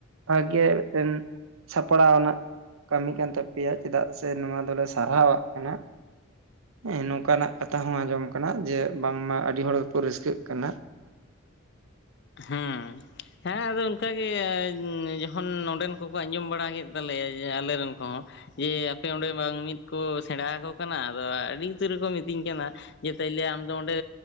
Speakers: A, on the right; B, on the left.
A: ᱵᱷᱟᱜᱮ ᱢᱤᱴᱟᱝ ᱥᱟᱯᱲᱟᱣ ᱨᱮᱱᱟᱜ ᱠᱟᱹᱢᱤ ᱠᱟᱱ ᱛᱟᱯᱮᱭᱟ᱾ ᱪᱮᱫᱟᱜ ᱥᱮ, ᱱᱚᱣᱟ ᱫᱚᱞᱮ ᱥᱟᱨᱦᱟᱣᱟᱜ ᱠᱟᱱᱟ᱾ ᱮᱸ ᱱᱚᱝᱠᱟᱱᱟᱜ ᱠᱟᱛᱷᱟ ᱦᱚᱸ ᱟᱸᱡᱚᱢ ᱠᱟᱱᱟ ᱡᱮ, ᱵᱟᱝᱢᱟ ᱟᱹᱰᱤ ᱦᱚᱲ ᱜᱮ ᱠᱚ ᱨᱟᱹᱥᱠᱟᱹᱜ ᱠᱟᱱᱟ᱾
B: ᱦᱩᱸ, ᱦᱮᱸ, ᱟᱫᱚ ᱚᱱᱠᱟ ᱜᱮ ᱡᱚᱠᱷᱚᱱ ᱱᱚᱸᱰᱮᱱ ᱠᱚᱠᱚ ᱟᱸᱡᱚᱢ ᱵᱟᱲᱟ ᱠᱮᱫ ᱛᱟᱞᱮᱭᱟ ᱡᱮ, ᱟᱞᱮᱨᱮᱱ ᱠᱚᱦᱚᱸ᱾ ᱡᱮ ᱟᱯᱮ ᱚᱸᱰᱮ ᱵᱟᱝ ᱢᱤᱫ ᱠᱚ ᱥᱮᱬᱟ ᱟᱠᱚ ᱠᱟᱱᱟ ᱟᱫᱚ ᱟᱹᱰᱤ ᱩᱛᱟᱹᱨ ᱠᱚ ᱢᱤᱛᱟᱹᱧ ᱠᱟᱱᱟ᱾ ᱡᱮ ᱛᱟᱦᱞᱮ ᱟᱢ ᱫᱚ ᱚᱸᱰᱮ